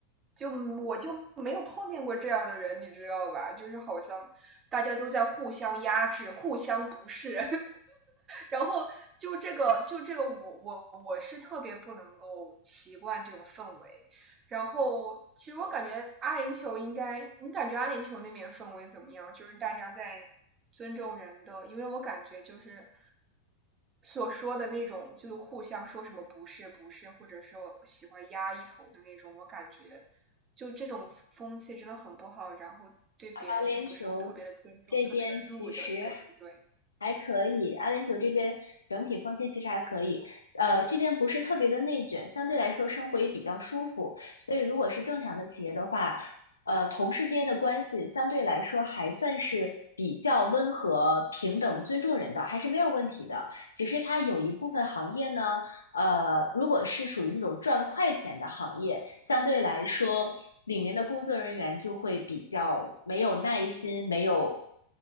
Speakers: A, on the right; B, on the left.
A: 就我就没有碰见过这样的人，你知道吧？就是好像大家都在互相压制、互相不是。然后就这个，就这个我，我我是特别不能够习惯这种氛围。然后，其实我感觉阿联酋应该，你感觉阿联酋那边氛围怎么样？就是大家在尊重人的，因为我感觉就是所说的那种，就是互相说什么不是不是，或者是我喜欢压一头的那种，我感觉就这种风气真的很不好。然后对别人就不是特别的尊重，
B: 啊，联酋这边其实
A: 特别的 rude，对对对。
B: 还可以，阿联酋这边整体风气其实还可以，呃，这边不是特别的内卷，相对来说生活也比较舒服，所以如果是正常的企业的话，呃，同事之间的关系相对来说还算是比较温和、平等、尊重人的，还是没有问题的。只是它有一部分行业呢，呃，如果是属于那种赚快钱的行业，相对来说里面的工作人员就会比较没有耐心，没有。